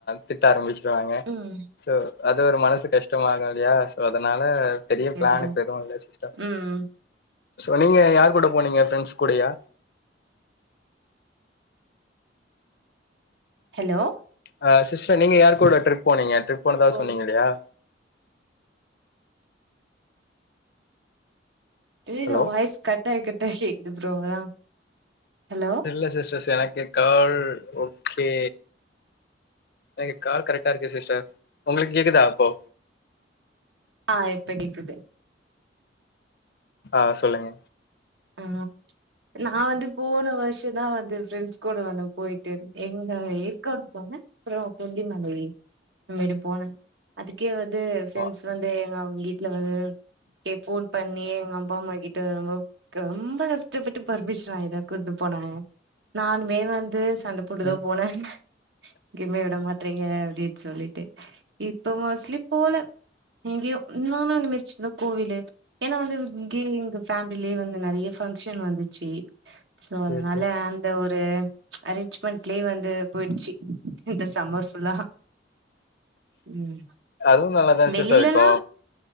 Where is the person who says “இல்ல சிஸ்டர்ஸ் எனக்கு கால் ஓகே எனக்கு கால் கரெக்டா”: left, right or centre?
Left